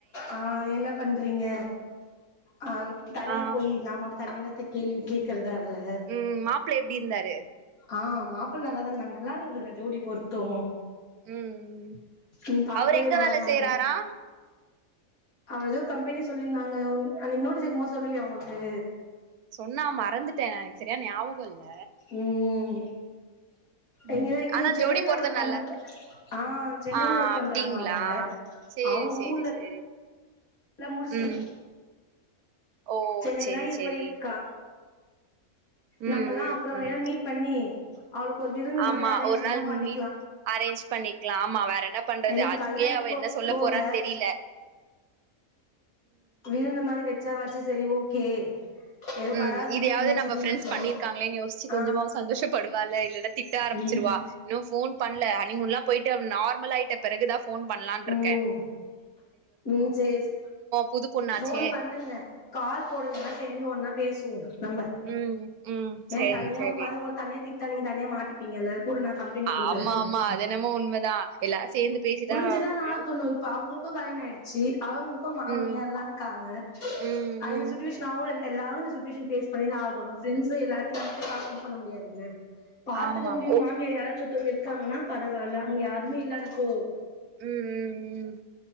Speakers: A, on the left (about 75°); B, on the right (about 85°).
A: ஆ என்ன பண்றீங்க ஆ தனியா
B: ஆ
A: போயி நா மட்டு தனியானாத் இப்ப கேள்வி கேக்குறதா அவல
B: ம் மாப்ள எப்டி இருந்தாரு
A: ஆ மாப் இப்ப நல்லாதா இருந்தாங்க நல்லா இருந்ததுங்க ஜோடி பொருத்தோ
B: ம்
A: ம் பாக்கவே
B: அவரு எங்க
A: நல்லாதா
B: வேல
A: இருந்தாங்க
B: செய்றாரா
A: அவ எதோ கம்பெனி சொல்லிருந்தாங்க உன் அன்னைக்கு நோட்டீஸ் எடுக்கும் போது சொல்லலையா உங்களுக்கு
B: சொன்னா மறந்துட்டே எனக்கு செரியா ஞாபகோ இல்ல
A: ம் இங்கதா
B: ம்
A: எங்கயோ
B: ஆனா
A: சென்னைல
B: ஜோடி போறது
A: தா ஒர்க் பண்ற
B: நல்லாருக்கு
A: ஆ சென்னைல்தா
B: ஆ
A: ஒர்க் பண்றாங்களா
B: அப்டிங்ளா
A: அவுங்க
B: சேரி
A: அவுங்க
B: சேரி
A: ஊர்ல
B: சேரி
A: எல்லா முடிச்ட்டோ
B: ம் ஓ
A: சென்னையில்தா
B: சேரி
A: இது
B: சேரி
A: பண்ணிருக்கா
B: ம்
A: நம்பலா
B: ம்
A: அப்றோ
B: ம்
A: வேனா மீட் பண்ணி அவளுக்கு ஒரு விருந்து மாரி
B: ஆமா
A: அரேஞ்ச்
B: ஒரு
A: வேணா
B: நாள்
A: பண்ணிக்கலா
B: மீட் அரேஞ்ச் பண்ணிக்லா ஆமா வேற என் ன்ன பண்றது
A: ஏன்னா
B: அதுக்கே
A: கல்யாணத்துக்கு
B: அவ என்ன சொல்ல
A: போல
B: போறான் தெரிய்ல
A: நீயு இந்த மாரி வெச்சா வாச்சு சேரி ஓகே ஏதோ
B: ம்
A: வராததுக்கு
B: இதயாவ்து
A: இதுங்களாச்சு
B: நம்ப
A: இதுங்களாச்சு
B: ஃப்ரெண்ட்ஸ் பண்ணிருக்காங்ளேன் யோசிச்சு
A: ஆ
B: கொஞ்சமா சந்தோஷப்படுவால இல்லனா திட்ட ஆரம்ச்சிரு
A: ம்
B: வா இன்னு ஃபோன் பண்ல ஹனிமூன்லா போய்ட்டு அவ நார்மலாய்ட்ட பெறகுதா ஃபோன் பண்லான்ட்ருக்கே
A: ம் ம் சேரி சே
B: புது பொண்ணாச்சே
A: ஃபோன் பண்ணுங்க கால் போடுங்க எல்லா சேந்து ஒன்னா பேசுவோ நம்ப
B: ம் ம்
A: ஏ
B: செரி
A: தனியா
B: செரி
A: உக்காந்து உங்கள தனியா திட்டா நீங்க தனியா மாட்டிப்பீங்கல்ல கூட நான் கம்பெனி குடுக்குறேன்
B: ஆமாம்மா அதென்னமோ உண்மதா எல்லாரு சேந்து பேசிட்டா
A: ஞ்சுதா
B: ஒரு
A: ஆகணு இப்ப அவ்ங்களுக்கு கல்யாண ஆய்டுச்சு அவங்களுக்கு மாமியால்லா
B: ம்
A: இருக்காங்க
B: ம்
A: அ இந்த
B: ம்
A: சுட்டுவேஷன் அவ்ங்களு எல்லா எல்லாரு இந்த சுட்டுவேஷன் ஃபேஸ் பண்ணிதா ஆகணு ஃப்ரெண்டஸு எல்லாத்துல்லாருக்கு காசு இது பண்ண முடியாதுல்ல பாத்துக்க
B: ஆமா
A: முடியு
B: ஆமா ஓ
A: மாமியா யாரா சொத்தவ்ங்க இருக்காங்கனா பரவால்ல அங்க யாருமே இல்லாதப்போ
B: ம் ம் ம்